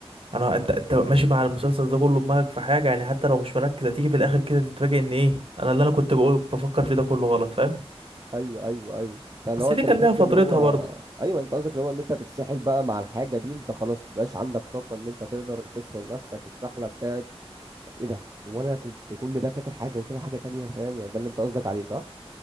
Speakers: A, on the right; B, on the right.
A: انا انت انت ماشي مع المسلسل ده كله دماغك في حاجة يعني حتى لو مش مركز هتيجي في الاخر كده تتفاجئ ان ايه انا اللي انا كنت بقول بفكر فيه ده كله غلط فاهم
B: <laughs> ايوه ايوه ايوه انت لو
A: بس
B: انت
A: دي كان
B: بتحب
A: ليها فترتها
B: اللي هو
A: برضو
B: ايوه انت قصدك اللي هو ان انت تتسحل بقى مع الحاجه دي انت خلاص مبقاش عندك طاقه ان انت تقدر تسحل نفسك السحله بتاعت ايه ده وانا كنت كل ده فاكر حاجه وطلع حاجه تانية فاهم يعني ده اللي انت قصدك عليه صح